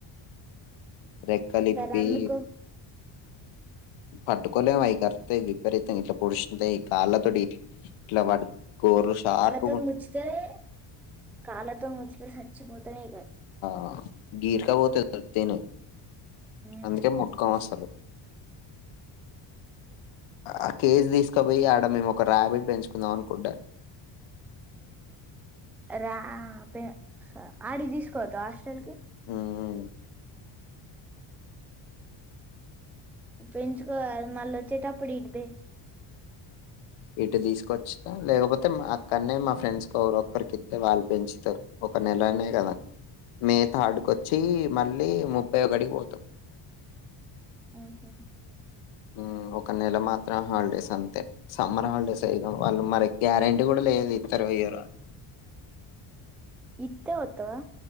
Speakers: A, on the left; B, in the centre.
A: రెక్కలిప్పి
B: అ సర్ అందుకు
A: పట్టుకోలేము అయి కరుతాయి విపరీతం ఇట్లా పొడుశు తయ్ ఈ కాళ్ళక్ డీత్ ట్లావడ్ లోవర్లో షార్ట్
B: తుమ్ ముచ్చుతేనే కాళ్ళతో ముచ్చుక సచ్చిపోతాడ్ ఇగ
A: ఆ గీర్కా పోోతే పోయాయితే
B: ఉమ్
A: అందుకే ముట్కొని అస్తాలు ఆ కేస్ తీసుకపోయి ఆడ మేము ఒక ర్యాబిట్ పెంచుకుందాం కుండ
B: రా పే స ఆడికి తీసుకుపోతావా హాస్టల్ కి
A: ఉమ్ ఉమ్
B: పెంచుకో మళ వచ్చేటప్పుడు ఇట్ దిం
A: ఇటు తీసుకొచ్చిన లేకపోతే అక్కనే మా ఫ్రెండ్స్ ఒరో ఒక్కరికొత్తే వాళ్ళు పెంచుతారు ఒక నెలనే కదా మే థర్డ్ కొచ్చి మళ్ళీ ముప్పై ఒకటికీ పోతాం
B: ఆహా
A: ఉం ఒక నెల మాత్రం హాలిడేస్ అంతే సమ్మర్ హాలిడేస్ అయిదం వాళ్ళు మరి గ్యారెంటీ కూడా లేదు ఇత్తారో ఇయ్యారో అని
B: ఇంతే ఒత్తయ